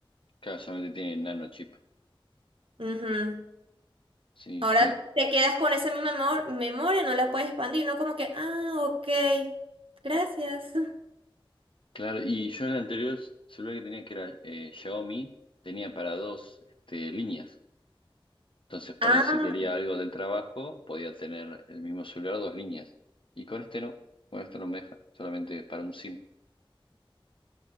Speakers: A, on the left; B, on the right.
A: Claro, solamente tiene nano chip.
B: Ujú.
A: Sí,
B: Ahora
A: sí.
B: te quedas con esa misma memo- memoria, no la puedes expandir, no como que, ah, ok, gracias. <laughs>
A: Claro, y yo el anterior celular que tenía, que era eh, Xiaomi, tenía para dos este, líneas. Entonces, por
B: Ah,
A: ahí si quería algo del trabajo, podía tener el mismo celular, dos líneas. Y con este no, con este no me deja, solamente para un SIM.